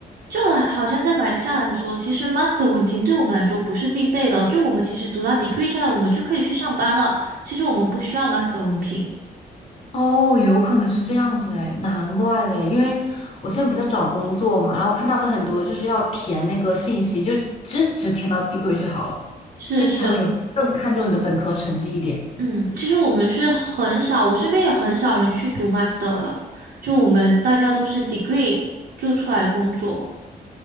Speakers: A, on the right; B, on the left.
A: 就好像在马来西亚来说，其实 master 文凭对我们来说不是必备的，就我们其实读到 degree 出来，我们就可以去上班了。其实我们不需要 master 文凭。
B: 哦，有可能是这样子哎，难怪嘞，因为我现在不是在找工作嘛，然后我看他们很多就是要填那个信息，就只只填到 d e 就好了，
A: 是是，
B: 就是他们也更看重你的本科成绩一点。
A: 嗯，其实我们是很少，我身边也很少人去读 master 了，就我们大家都是 degree 就出来工作。